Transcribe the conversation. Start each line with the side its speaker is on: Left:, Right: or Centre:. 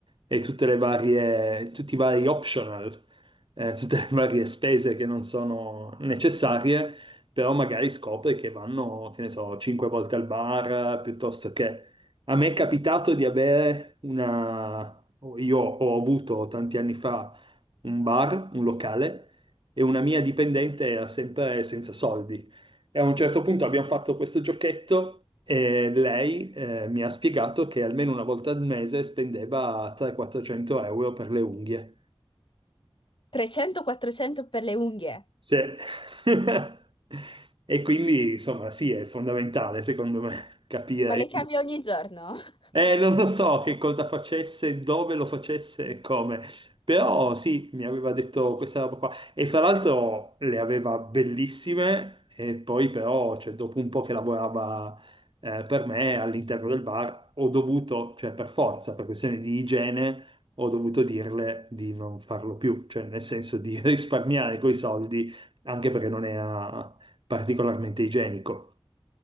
Right: e tutte le varie, tutti i vari optional eh, tutte le varie spese che non sono necessarie, però magari scopre che vanno, che ne so, cinque volte al bar, eh, piuttosto che... A me è capitato di avere una... Io ho avuto tanti anni fa un bar, un locale, e una mia dipendente era sempre senza soldi. E a un certo punto abbiamo fatto questo giochetto e lei eh, mi ha spiegato che almeno una volta al mese spendeva 300-400 euro per le unghie.
Left: 300-400 per le unghie,
Right: Sì. <laughs> E quindi, insomma, sì, è fondamentale, secondo me, capire.
Left: ma le cambio ogni giorno. <laughs>
Right: Eh, non lo so che cosa facesse, dove lo facesse e come, però sì, mi aveva detto questa roba qua e fra l'altro le aveva bellissime e poi però, cioè, dopo un po' che lavorava eh, per me all'interno del bar, ho dovuto, cioè per forza, per questioni di igiene, ho dovuto dirle di non farlo più, cioè nel senso di <laughs> risparmiare quei soldi, anche perché non era particolarmente igienico.